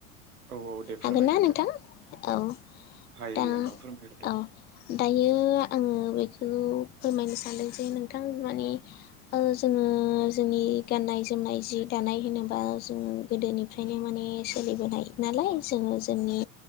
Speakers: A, on the right; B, on the left.
A: औ औ दे फोरमायग्रोदो
B: हागोन ना नोंथां औ
A: हायो
B: दा
A: नोंथां
B: अ
A: फोरमायग्रोदो
B: दायो आङो बेखौ फोरमायनो सानदों जे नोंथां माने ओ जोङो जोंनि गाननाय जोमनाय जि दानाय होनोब्ला जों गोदोनिफ्रायनो माने सोलिबोनाय नालाय जोङो जोंनि